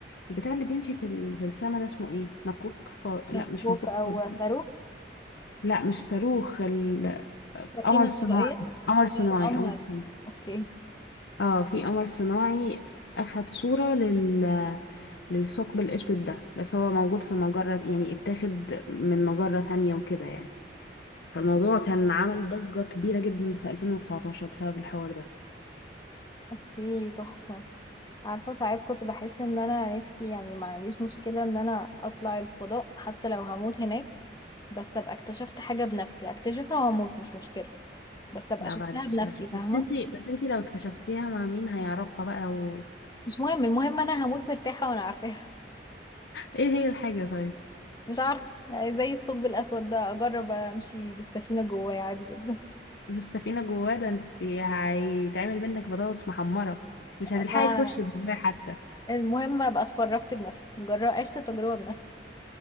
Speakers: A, on the left; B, on the left.
A: البتاع اللي بيمشي في ال- في السما ده اسمه ايه مكوك ف...
B: مكوك
A: لا مش مكوك
B: او
A: فضائي
B: صاروخ
A: لا مش صاروخ ال-
B: سفينه
A: قمر صناعي
B: فضائيه
A: قمر صناعي
B: القمر
A: قمر صناعي
B: اوكي
A: اه في قمر صناعي اخد صورة لل للثقب الاسود ده بس هو موجود في مجرة يعني اتاخد من مجرة تانية وكده يعني فالموضوع كان عمل ضجة كبيرة جدا في 2019 بسبب الحوار ده
B: اوكي تحفة عارفة ساعات كنت بحس ان انا نفسي يعني ما عنديش مشكلة ان انا اطلع الفضاء حتى لو هموت هناك بس ابقى اكتشفت حاجة بنفسي اكتشفها واموت مش مشكلة بس ابقى
A: لا
B: شفتها
A: بعد الشر
B: بنفسي فاهمة
A: بس انتي بس انتي لو اكتشفتيها مع مين هيعرفها بقى لو
B: مش مهم المهم انا هموت مرتاحة وانا عارفاها
A: ايه هي الحاجة طيب
B: <laughs> مش عارف زي الثقب الاسود ده اجرب امشي بالسفينة جوايا عادي جدا
A: بالسفينة جواه ده انتي هيتعمل منك بطاطس محمرة مش
B: <laughs>
A: هتلحقي
B: ما
A: تخشي جواه حتى
B: المهم ابقى اتفرجت بنفسي جرب عشت تجربة بنفسي